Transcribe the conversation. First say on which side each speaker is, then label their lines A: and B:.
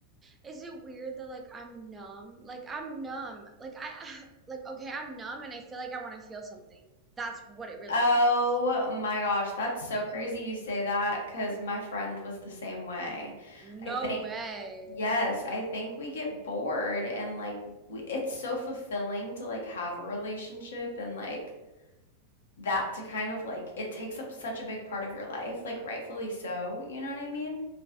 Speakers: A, on the right (about 15°); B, on the left (about 60°).
A: it weird that like I'm numb? Like I'm numb. Like I <sighs> like okay, I'm numb and I feel like I want to feel something. That's what it really
B: Oh
A: is.
B: my gosh, that's so crazy you say that because my friend was the same way.
A: No
B: I think,
A: way.
B: yes, I think we get bored and like we, it's so fulfilling to like have a relationship and like that to kind of like it takes up such a big part of your life, like rightfully so, you know what I mean?